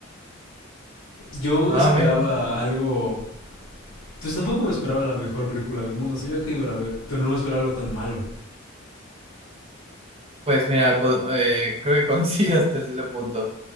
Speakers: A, on the left; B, on the right.
A: Yo me
B: Ah,
A: esperaba
B: mira.
A: algo Pues tampoco me esperaba la mejor película del mundo, sabía que iba a ver, pero no me esperaba algo tan malo.
B: Pues mira, po- eh, creo que coincido <laughs> hasta ese punto.